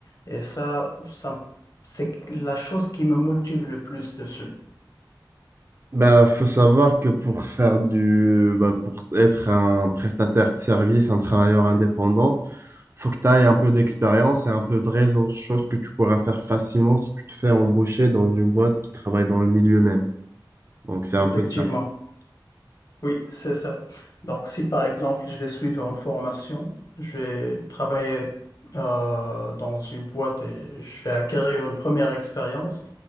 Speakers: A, on the left (about 50°); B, on the right (about 35°).
A: Et ça, ça, c'est la chose qui me motive le plus dessus.
B: Bah, faut savoir que pour faire du, bah, pour être un prestataire de service, un travailleur indépendant, faut que tu ailles un peu d'expérience et un peu de réseau, chose que tu pourras faire facilement si tu te fais embaucher dans une boîte qui travaille dans le milieu même. Donc, c'est un
A: Effectivement.
B: peu ça.
A: Oui, c'est ça. Donc, si par exemple, je vais suivre une formation, je vais travailler euh, dans une boîte et je vais acquérir une première expérience.